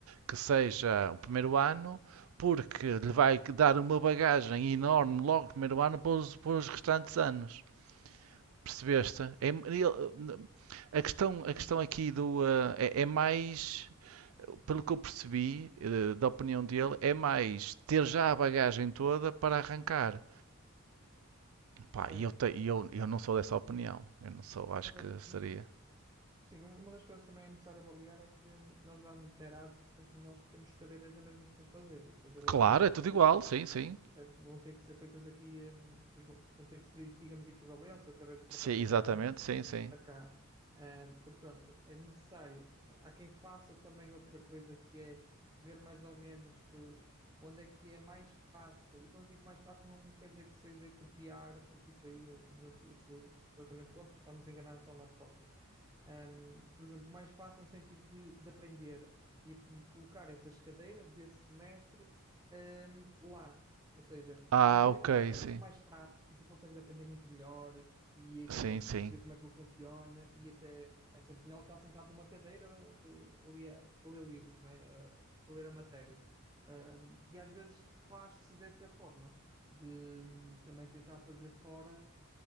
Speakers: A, on the right; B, on the right.
A: que seja o primeiro ano, porque lhe vai dar uma bagagem enorme logo no primeiro ano para os, para os restantes anos. Percebeste? É- ele- a, questão, a
B: sim,
A: questão aqui do, eh, é, é mais, pelo que eu percebi, eh, da opinião dele, é mais ter já a bagagem toda para arrancar.
B: certo.
A: Pá, e eu, te-
B: E
A: eu,
B: assim,
A: eu não sou dessa opinião. Eu não sou, acho
B: uma, da-
A: que seria.
B: uma- sim, uma das coisas também é necessário avaliar é que nós vamos de Erasmus, mas nós temos cadeiras na mesma para fazer e depois elas
A: Claro,
B: vão,
A: é tudo
B: vão,
A: igual, sim, sim.
B: certo? Vão ter que ser feitas aqui, hum, depois vão vão ter que se pedir, digamos, equivalência através do protocolo
A: Sim, exatamente,
B: Erasmus
A: sim, sim.
B: para cá. Hum, portanto, é necessário. Há quem faça também outra coisa que é ver mais ou menos eh, onde é que é mais fácil. E quando digo mais fácil, não quer dizer que seja copiar, porque isso aí eh, não sou- eu sou completamente contra, estamos a enganar só nós próprios. Hum, por exemplo, mais fácil no sentido de, de aprender e, e colocar essas cadeiras desse semestre hum, lá. Ou seja,
A: Ah,
B: imagina
A: ok,
B: que lá é
A: sim.
B: tudo mais prático e tu consegues aprender muito melhor e
A: Sim,
B: consegues
A: sim.
B: perceber como é que ele funciona e até é sempre melhor estar sentado numa cadeira eh, ali a, a ler livros, né? A, a ler a matéria. Um, e às vezes faz-se dessa forma, de hum, também tentar fazer fora